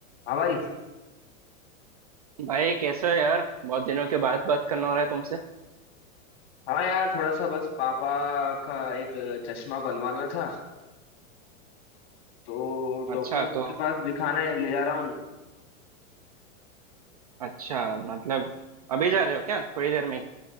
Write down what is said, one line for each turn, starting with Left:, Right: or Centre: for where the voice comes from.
Left: हाँ भाई
Right: भाई कैसे हो यार बहुत दिनों के बाद बात करना हो रहा है तुमसे
Left: हाँ यार थोड़ा सा बस पापा का एक चश्मा बनवाना था तो
Right: अच्छा
Left: डॉक्टर
Right: तो
Left: के पास दिखाने ले जा रहा हूँ
Right: अच्छा मतलब अभी जा रहे हो क्या थोड़ी देर में